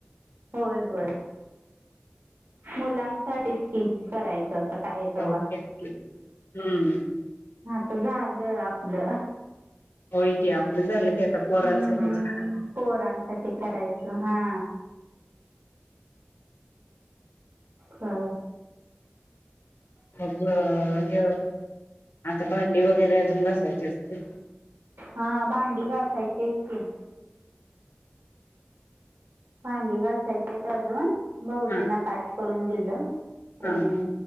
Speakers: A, on the right; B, on the left.
A: होय होय मुलांसाठी की करायचं. का येत
B: नाही हम्म
A: हा तर झालं आपलं
B: होय की आपलं झालं की आता पोरांसाठीच.
A: हम्म पोरांसाठी करायचं हा हा
B: अ आता भांडी वगैरे अजून घासायचे असते
A: हा भांडी घासायची आहेत की भांडी घासायचे अजून भाऊजींना
B: हा
A: ताट करून दिलं
B: हा
A: ते
B: हा